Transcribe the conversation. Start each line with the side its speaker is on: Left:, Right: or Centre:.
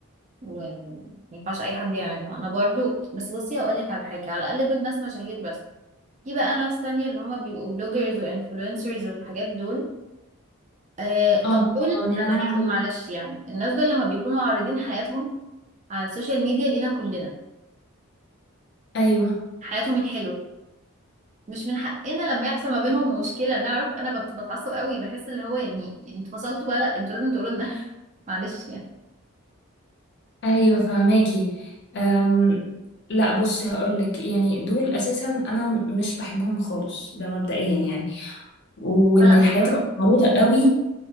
Right: وما ينفعش اي حد يعملها انا برضو بس بصي هقول لك على حاجه على الاقل دول ناس مشاهير بس في بقى ناس تانية اللي هما بيبقوا بلوجرز وانفلونسرز والحاجات دول آه طب
Left: اه
Right: دول
Left: آه، يا
Right: لما
Left: لهوي
Right: بيبقوا معلش يعني الناس دول لما بيكونوا عارضين حياتهم على السوشيال ميديا لينا كلنا
Left: ايوه
Right: حياتهم الحلوه مش من حقنا لما يحصل ما بينهم مشكله نعرف انا بت- بتعصب قوي بحس اللي هو يعني انتوا فصلتوا بقى لا انتوا لازم تقولوا لنا <laughs> معلش يعني
Left: ايوه فهماكي أم لا بصي هقولك يعني دول اساسا انا م- مش بحبهم خالص ده مبدئيا يعني وان
Right: ولا انا
Left: الحياه
Right: بصراحه
Left: تبقى معروضه قوي